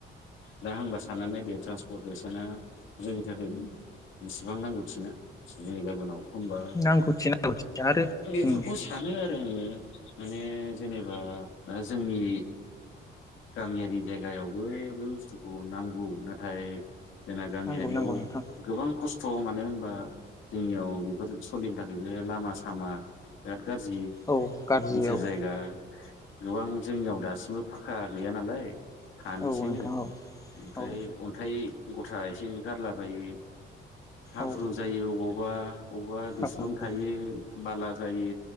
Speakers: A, on the left; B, on the left.
A: दा होमबा साननानै दो ट्रान्सपर्टेस दाना जोंनि थाखाय बेसेबां नांगौथिना दिनै गाबोनाव होनबा
B: नांगौथि नांगौथि आरो जों
A: बेफोरखौ सानो आरो आङो माने जेनेबा दा जोंनि गामियारि जायगायावबो बे बुस्थुखौ नांगौ नाथाय जोंना गामियारियाव
B: नांगौ नांगौ नोंथां
A: गोबां खस स मानो होनबा जोंनियाव बेफोर सलिनो थाखायबो लामा सामा बिराद गाज्रि
B: औ गाज्रियाव
A: बिथोर जायगा गोबां जोंनियाव दासिमबो फाखा गैया नालाय। हानिसो
B: औ नोंथां
A: ओमफ्राय
B: औ औ
A: अन्थाइ गथा एसे एनै गारलाबायो। हाब्रु
B: औ
A: जायो अबावबा अबावबा दैस्लुं
B: औ
A: थायो।
B: औ
A: बाला जायो